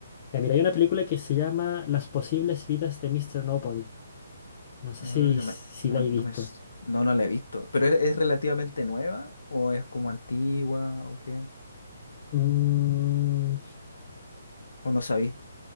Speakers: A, on the left; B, on the left.
A: Ya, mira, hay una película que se llama Las posibles vidas de Mr. Nobody. No sé
B: Ah,
A: si,
B: no
A: si
B: me, no,
A: la he visto.
B: no me, s- no, no la he visto. ¿Pero es, es relativamente nueva o es como antigua o qué?
A: Mm,
B: ¿O no sabí?